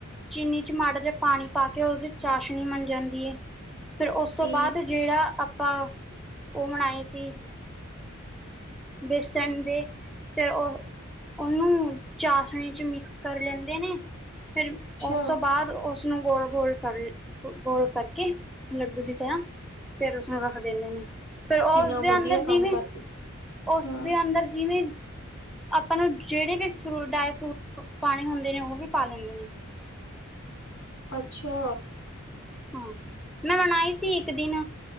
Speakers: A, in the centre; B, on the left.
A: ਚੀਨੀ ਚ ਮਾੜਾ ਜਿਹਾ ਪਾਣੀ ਪਾ ਕੇ ਉਹਦੇ ਚ ਚਾਸ਼ਣੀ ਬਨ ਜਾਂਦੀ ਹੈ। ਫਿਰ ਉਸ ਤੋਂ
B: ਠੀਕ
A: ਬਾਅਦ ਜਿਹੜਾ ਆਪਾਂ ਉਹ ਮਨਾਏ ਸੀ। ਵੇਸਣ ਦੇ ਫਿਰ ਉਹ ਉਹਨੂੰ ਚਾਸ਼ਣੀ ਚ ਮਿਕਸ ਕਰ ਲੈਂਦੇ ਨੇ, ਫਿਰ ਉਸ
B: ਆ
A: ਤੋਂ ਬਾਅਦ ਉਸ ਉਸਨੂੰ ਗੋਲ -ਗੋਲ ਕਰ ਗੋਲ ਕਰਕੇ ਲੱਡੂ ਦੀ ਤਰ੍ਹਾਂ ਫੇਰ ਉਸਨੂੰ ਰੱਖ ਦਿੰਦੇ ਨੇ, ਫੇਰ ਉਹ
B: ਕਿੰਨਾ
A: ਉਸਦੇ
B: ਵਧੀਆ
A: ਅੰਦਰ
B: ਕੰਮ
A: ਜਿਵੇਂ
B: ਕਰਦੀ
A: ਉਸਦੇ
B: ਹਾਂ
A: ਅੰਦਰ ਜਿਵੇਂ ਆਪਾਂ ਨੂੰ ਜਿਹੜੇ ਵੀ ਫਰੂ ਡਰਾਏ ਫਰੂਟ ਪਾਉਣੇ ਹੁੰਦੇ ਨੇ ਉਹ ਵੀ ਪਾ ਲੈਂਦੇ ਨੇ।
B: ਅੱਛਾ।
A: ਹਾਂ ਮੈਂ ਮਨਾਈ ਸੀ ਇੱਕ ਦਿਨ।